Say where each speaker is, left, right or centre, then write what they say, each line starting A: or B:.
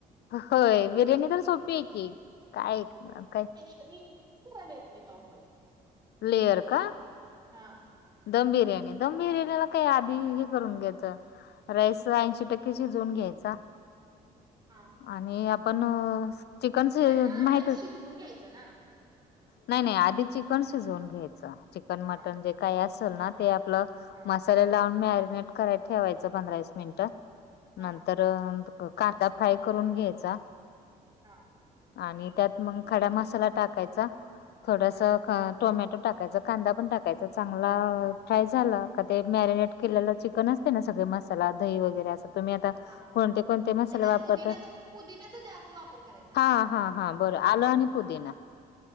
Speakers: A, on the left; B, on the right.
A: होय. बिर्याणी तर सोपी आहे की एक काय काय
B: आले आहेत मी ताऊ म <inaudible>
A: लेअर का.
B: हा
A: दम बिर्याणी दम बिर्याणीला काही आधी करून घ्यायच राइस ऐंशी टक्के शिजवून घ्यायचा.
B: हा
A: आणि आपण चिकन
B: पहिला
A: माहित
B: राईस शिजवून घ्यायचा ना.
A: नाही नाही आधी चिकन शिजवून घ्यायचं, चिकन, मटन
B: हां.
A: जे काही असेल
B: हां,
A: ना
B: हां.
A: ते आपलं
B: हां.
A: मसाल्याला मॅग्नेट करायला ठेवायचा पंधरा-वीस मिनिट.
B: हां.
A: तर कांदा फ्राय करून घ्यायचा.
B: हा
A: आणि त्यात मग खडा मसाला टाकायचा थोडास
B: हां.
A: टोमॅटो टाकायचा, कांदा पण टाकायचा, चांगला फ्राय झाला का ते मॅरिनेट केलेलं चिकन असते ना सगळे मसाला दही वगैरे असं तुम्ही आता
B: हां, हां.
A: कोणते कोणते मसाले
B: त्याच्यात
A: वापरता?
B: पुदिनाचा पुदिनाचा जास्त वापर करायचा ना?
A: हा हा हा बरं. आलं आणि पुदिना